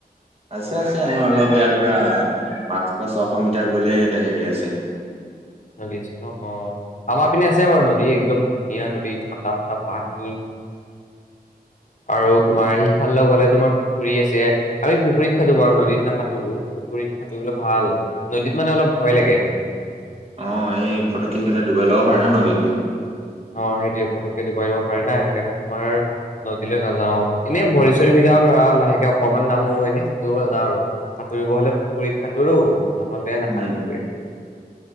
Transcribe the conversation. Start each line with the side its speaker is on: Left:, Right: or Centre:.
Right: আছে আছে আমাৰ অলপ ইয়াৰ পৰা পাঁচশ ছশ মিটাৰ গলেই এটা হেৰি আছে।
Left: নদী আছে নহ অ আমাৰ পিনে আছে। যা বাৰু নদী একদম ধুনীয়া নদী ঠাণ্ডা ঠাণ্ডা পানী। আৰু তোমাৰ সিফালে গলে তোমাৰ পুখুৰী আছে, আমি পুখুৰীত খেলো বাৰু নদীত নাহাতোৰো পুখুৰীত হাতুৰিৰে ভাল নদীত মানে অলপ ভয় লাগে
Right: অঁ এই ফটো কেইখন ডুবাই ল'গাবা নহলে নদীত
Left: অঁ সেইটোৱে পটককে ডুবাই দিব পাৰে না সেইকাৰণে তোমাৰ নদীলৈ নাযাও এনেই ভৰি চৰি ভিজাও ধৰা লাহেকে অকনমান নামো এনেই সাঁতুৰিব ন যাওঁ আৰু সাঁতুৰিব হলে পুখুৰীত সাঁতোৰো নহলে নাহাতুৰোয়ে
Right: উম